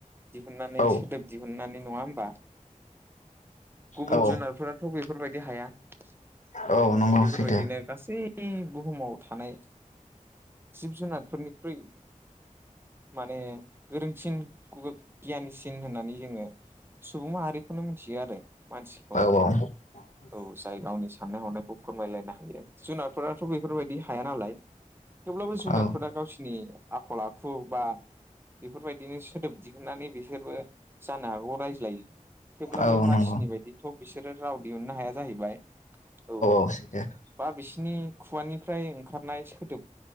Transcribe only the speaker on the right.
दिहुननानै
सोदोब दिहुननानै नङा होमबा गुबुन
जुनारफोराथ' बेफोरबायदि हाया बेफोरबायदिनो
गासै बुहुमाव थानाय जिब जुनारफोरनिख्रुइ माने गोरोंसिनखौ गियानिसिन होननानै जोङो सुबुं माहारिखौनो मिथियो आरो मानसिखौनो
औ जाय गावनि साननाय हनायखौ फोरमायलायनो हायो जुनारफोराथ' बेफोरबायदि हाया नालाय थेवब्लाबो जुनारफोरा
गावसिनि आखल आखु खुबा बेफोरबायदिनो सोदोब दिहुननानै बिसोरबो जानो हागौ रायज्लायो थेवब्लाबो
मानसिनि बायदिथ' बिसोरो राव दिहुननो हाया जाहैबाय औ
बा बिसिनि खुगानिफ्राय ओंखारनाय सोदोब